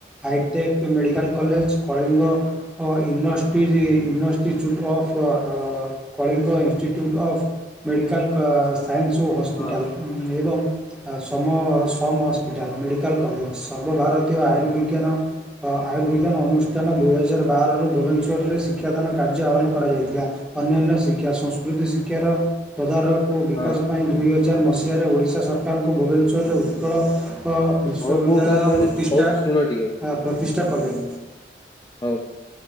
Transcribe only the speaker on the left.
ହଁ
ହଁ
ହଉ ମୁଁ କଣ କଣ
କହୁଛି ଶୁଣ ଟିକେ
ହଉ